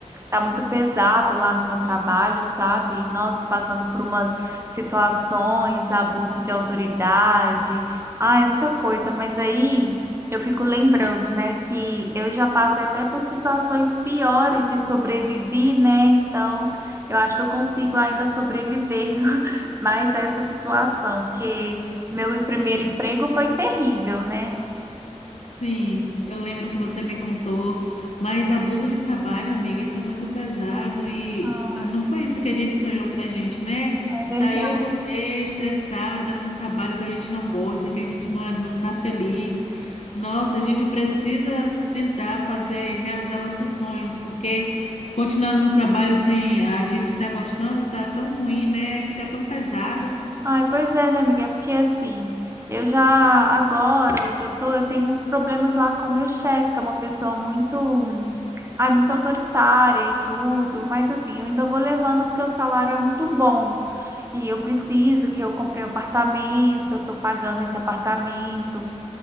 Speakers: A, on the right; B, on the left.
A: tá muito pesado lá no meu trabalho, sabe? Nossa, passando por umas situações, abuso de autoridade, ai, muita coisa, mas aí eu fico lembrando, né, que eu já passei até por situações piores e sobrevivi, né? Então, eu acho que eu consigo ainda sobreviver <laughs> mais a essa situação, porque meu primeiro emprego foi terrível, né?
B: Sim, eu lembro que você me contou, mas abuso de trabalho, amiga, isso é muito pesado e
A: Ah,
B: ah, não foi isso que a gente sonhou pra gente, né?
A: é verdade.
B: Tá eu e você estressada com um trabalho que a gente não gosta, que a gente não, é- não tá feliz. Nossa, a gente precisa tentar fazer, realizar nossos sonhos, porque continuar no trabalho sem a gente estar gostando tá tão ruim, né? Fica tão pesado.
A: Ai, pois é, né, amiga? É Porque assim, eu já agora, onde eu tô, eu tenho uns problemas lá com o meu chefe, que é uma pessoa muito, hum, ai, muito autoritária e tudo, mas assim, eu ainda vou levando porque o salário é muito bom. E eu preciso que eu comprei um apartamento, eu tô pagando esse apartamento.